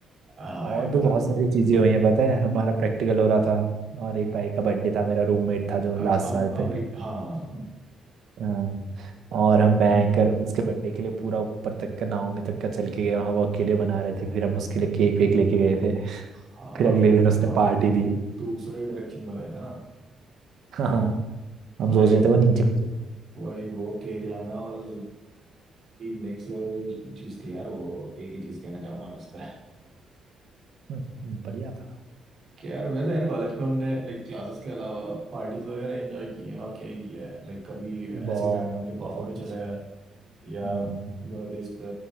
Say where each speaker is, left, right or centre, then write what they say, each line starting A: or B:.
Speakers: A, on the right; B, on the right.
A: हाँ
B: और
A: यार
B: भी
A: मतलब
B: बहुत सारी चीजें हुई हैं पता है हमारा प्रैक्टिकल हो रहा था और एक भाई का बर्थडे था मेरा रूममेट था जो
A: और
B: लास्ट
A: अम
B: साल पे
A: अमरी हाँ हाँ
B: हाँ, और हम मैं एंकर उसके बर्थडे के लिए पूरा ऊपर तक का नावमी तक का चल के गए वहाँ वो अकेले बना रहे थे फिर हम उसके लिए केक वेक लेके गए थे
A: हाँ,
B: फिर अगले दिन उसने
A: हम
B: पार्टी दी
A: दूसरे डायरेक्शन में गए थे ना
B: हाँ हाँ, हम
A: भाई
B: सोच रहे थे वो नीचे कुछ
A: वही वो केक लाना और नेक्स्ट लेवल चीज थी यार वो एक ही चीज कहना चाहूंगा मैं इस पे
B: हम्म, हम्म, बढ़िया था
A: कि यार वैसे यार कॉलेज पे हमने लाइक क्लासेस के अलावा पार्टीज वगैरह एंजॉय किए हैं और क्या ही किया है लाइक कभी ऐसे
B: बहुत
A: रैंडमली कॉफी
B: बहुत
A: पे चले गए या
B: हम्म,
A: बर्थडेज पे